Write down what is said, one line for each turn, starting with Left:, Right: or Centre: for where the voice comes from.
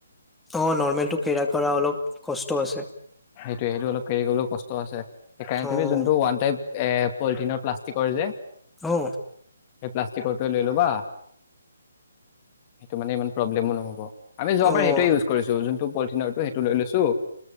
Centre: অ নৰৰ্মেলটো কে় কৰা অলপ কষ্ট আছে
Left: সেইটোৱে সেইটো অলপ কেৰি কৰিবলৈ কষ্ট আছে সেইকাৰণে
Centre: অ',
Left: তুমি যোনটো ওৱান টাইম এ পলিথিনৰ প্লাষ্টিকৰ যে
Centre: অ
Left: এই প্লাষ্টিকত লৈ ল'বা সেইটো মানে ইমান প্ৰব্লেমো নহ'ব আমি যোৱাবাৰ
Centre: অ',
Left: সেইটোৱে ইউজ কৰিছোঁ যোন পলিথিনৰটো সেইটো লৈ লৈছো